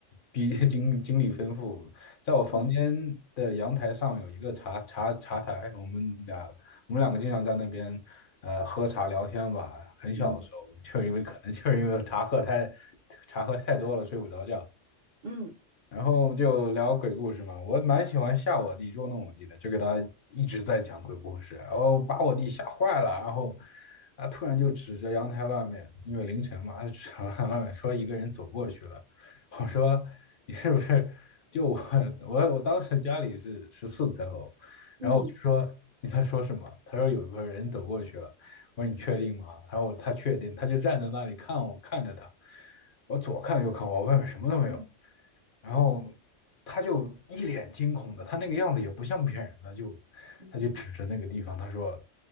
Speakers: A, on the left; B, on the right.
A: 毕竟经经历丰富，在我房间的阳台上有一个茶茶茶台，
B: 嗯
A: 我们俩我们两个经常在那边呃喝茶聊天吧。很小的时候，
B: 嗯
A: 就是因为可能就是因为茶喝太茶喝太多了，睡不着觉。
B: 嗯
A: 然后就聊鬼故事嘛，我蛮喜欢吓我弟、捉弄我弟的，就给他一直在讲鬼故事，然后把我弟吓坏了，然后他突然就指着阳台外面，因为凌晨嘛，他指着阳台外面说一个人走过去了，我说你是不是就我我我当时家里是十四层楼，然后我就说你在说什么？
B: 嗯
A: 他说有个人走过去了，我说你确定吗？他说他确定，他就站在那里看我看着他，我左看右看我，外面什么都没有。
B: 嗯
A: 然后他就一脸惊恐的，他那个样子也不像骗人的，就
B: 嗯
A: 他就指着那个地方，他说，